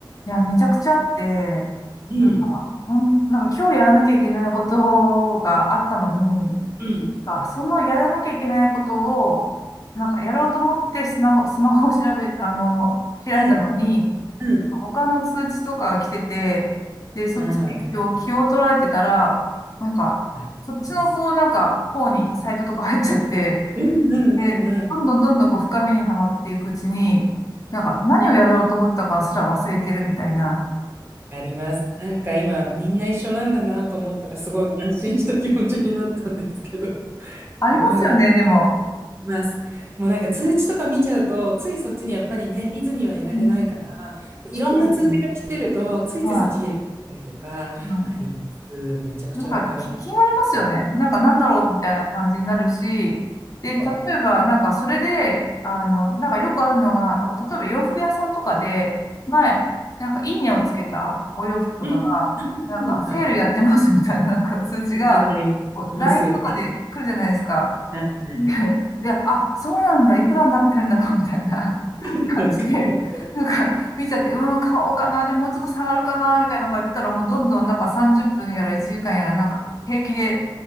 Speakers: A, on the left; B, on the right.
A: いや、めちゃくちゃあって、
B: うん、
A: なんか、ほん、なんか今日やらなきゃいけないことがあったのに、
B: うん、
A: あ、そのやらなきゃいけないことを、なんかやろうと思ってスマホ、スマホを調べ、あの、開いたのに、
B: はい、うん。
A: 他の通知とかが来てて、で、そっちに今日気を取られてたら、
B: ああ、わかります。
A: なんか、
B: わかります。
A: そっちのこう、なんか、方にサイトとか入っちゃって、
B: うん、うん、
A: で、
B: うん、うん。わ
A: どんどんどんどんこう深みにはまっていくうちに、なんか何をやろうと思ったかすら忘れてるみたいな。
B: かります。なんか今、みんな一緒なんだなと思ったら、すごい安心した気持ちになったんですけど、
A: ありますよね、
B: すごい
A: でも。
B: います。もうなんか通知とか見ちゃうと、ついそっちにやっぱりね、見ずにはいられないから、
A: うん
B: いろんな通知が来てると、
A: そうですね。
B: ついついそっち開いたりとか、
A: はい。うん、
B: あります。めちゃくちゃわかります。
A: なんかき気になりますよね。
B: なんか
A: なんかなんだろうみたいな感じになるし、で、例えばなんかそれで、
B: そ
A: あの、なんかよくあるのが、なんか例えば洋服屋さんとかで、前、なんかいいねをつけたお洋服とかが、
B: ううん、
A: なんかセールやってますみたいななんか通知が、
B: うん、はい。あります、ありますいますよね。
A: こう LINE とかで来るじゃないですか。
B: はい。
A: <laughs>
B: はい
A: ねで、あ、そうなんだ、いくらになってるんだろう、みたいな
B: <laughs>。
A: <laughs> 感じで、
B: わかる
A: なんか見ちゃって、うん、買おうかな、でももうちょっと下がるかな、みたいなことやってたら、もうどんどんなんか30分やら1時間やら、なんか平気で、